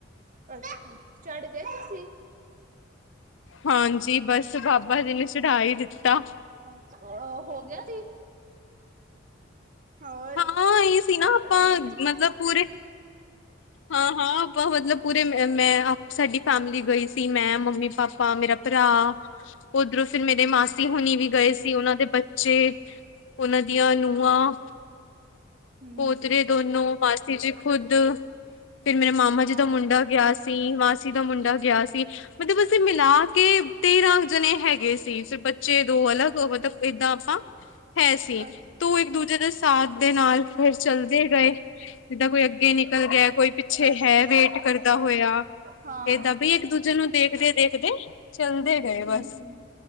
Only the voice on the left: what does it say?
ਹਾਂਜੀ, ਬਸ ਬਾਬਾ ਜੀ ਨੇ ਚੜਾ ਈ ਦਿੱਤਾ।
ਹਾਂ, ਇਹ ਸੀ ਨਾ ਆਪਾਂ
ਮਤਲਬ ਪੂਰੇ ਹਾਂ ਹਾਂ ਆਪਾਂ ਮਤਲਬ ਪੂਰੇ ਮੈਂ ਅਪ ਸਾਡੀ ਫੈਮਿਲੀ ਗਈ ਸੀ ਮੈਂ ਮੰਮੀ- ਪਾਪਾ ਪਾ ਮੇਰਾ ਭਰਾ ਓਧਰੋਂ ਫਿਰ ਮੇਰੇ ਮਾਸੀ ਹੁਣੀ ਵੀ ਗਏ ਸੀ ਔਨਾਂ ਦੇ ਬੱਚੇ। ਔਨਾਂ ਦੀਆਂ ਨੂਹਾਂ
ਪੋਤਰੇ
ਦੋਨੋ ਮਾਸੀ ਜੀ ਖੁਦ ਫਿਰ ਮੇਰੇ ਮਾਮਾ ਜੀ
ਦਾ ਮੁੰਡਾ ਗਿਆ ਸੀ। ਸੀ ਮਾਸੀ ਦਾ ਮੁੰਡਾ ਗਿਆ ਸੀ ਮਤਲਬ ਅਸੀਂ ਮਿਲਾ ਕੇ ਤੇਰਾਂ ਜਣੇ ਹੈਗੇ ਸੀ ਸੀ ਫਿਰ ਬੱਚੇ ਦੋ ਅਲੱਗ ਮਤਲਬ ਏਦਾਂ ਆਪਾਂ ਹੈ ਸੀ,
ਤੇ ਉਹ ਇੱਕ ਦੂਜੇ ਦੇ ਸਾਥ ਦੇ ਨਾਲ ਫਿਰ ਚਲਦੇ ਰਹੇ। ਜਿੱਦਾਂ ਕੋਈ ਅੱਗੇ ਨਿਕਲ ਗਿਆ ਕੋਈ ਪਿੱਛੇ
ਹੈ ਵੇਟ ਕਰਦਾ ਹੋਇਆ।
ਏਦਾ
ਬਈ ਇੱਕ-ਦੂਜੇ ਨੂੰ ਦੇਖਦੇ-ਦੇਖਦੇ ਚੱਲਦੇ ਗਏ
ਬਸ